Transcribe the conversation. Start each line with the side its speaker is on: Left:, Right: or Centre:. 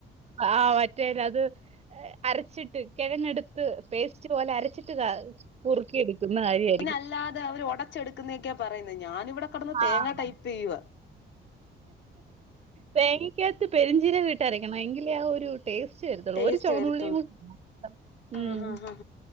Right: ആഹ് മറ്റേ അത് അരച്ചിട്ട് കിഴങ്ങടുത്ത് പേസ്റ്റ് പോലെ അരച്ചിട്ട് കുറുക്കി തിന്ന കാര്യവായി
Left: പിന്നെ അല്ലാതെ അവര് ഒടച്ചെടുക്കുന്നതൊക്കെയാ പറയുന്നത് ഞാനിവിടെ കിടന്ന്
Right: ആഹ്
Left: തേങ്ങാ ടൈപ്പ് ചെയ്യുവ
Right: തേങ്ങക്കകത്ത് പെരിഞ്ചീരകം ഇട്ടരക്കണം എങ്കിലെ ആ ഒരു ടേസ്റ്റ് വരുത്തുള്ളൂ
Left: ടേസ്റ്റ്
Right: ഒരു ചുവന്നുള്ളിയും
Left: വരുത്തുള്ളൂ
Right: ഉം
Left: ആ ആ ആ